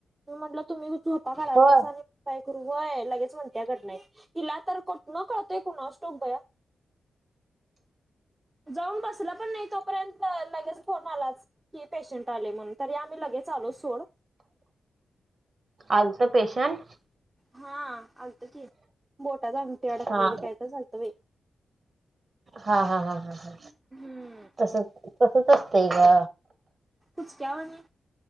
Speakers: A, on the right (about 15°); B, on the right (about 40°).
A: मी म्हटलं तुम्ही झोपा काढलातासा
B: होय
A: आणि काय करू होय लगेच म्हणते घडनाईत तिला तर कुठन कळतेय कुणास ठाऊक भया जाऊन बसला पण नाही तोपर्यंत लगेच फोन आलाच की पेशंट आले म्हणून तरी आम्ही लगेच आलो सोड
B: आलत पेशंट
A: हा आलत की बोटात अंगठी अडकलेली
B: हा
A: काय तर झालतं बाई
B: हा हा हा ह ह
A: हम्म.
B: तस तसच असतंय ग
A: पुुच क्या वाणी